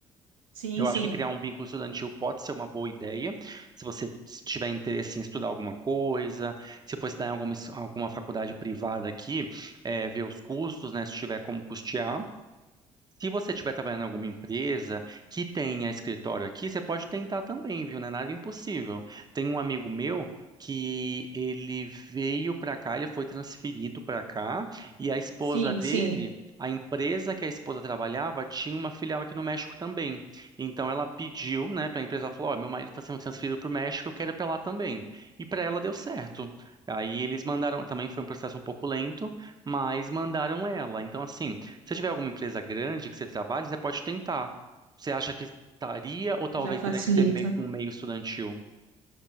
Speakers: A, on the right (about 75°); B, on the right (about 25°).
A: Sim,
B: Eu acho
A: sim,
B: que criar um vínculo estudantil pode ser uma boa ideia, se você s- tiver interesse em estudar alguma coisa, se for estudar em alguma, es- alguma faculdade privada aqui, eh, ver os custos, né, se tiver como custear. Se você estiver trabalhando em alguma empresa que tenha escritório aqui, você pode tentar também, viu? Não é nada impossível. Tem um amigo meu que ele veio para cá, ele foi transferido para cá, e a esposa
A: sim,
B: dele,
A: sim.
B: a empresa que a esposa trabalhava, tinha uma filial aqui no México também. Então ela pediu, né, para a empresa, ela falou: Ó, meu marido está sendo transferido para o México, eu quero ir para lá também. E para ela deu certo. Aí eles mandaram, também foi um processo um pouco lento, mas mandaram ela. Então, assim. Se tiver alguma empresa grande que você trabalhe, você pode tentar. Você acha que estaria ou talvez
A: Já facilita.
B: teria que ser me- com meio estudantil?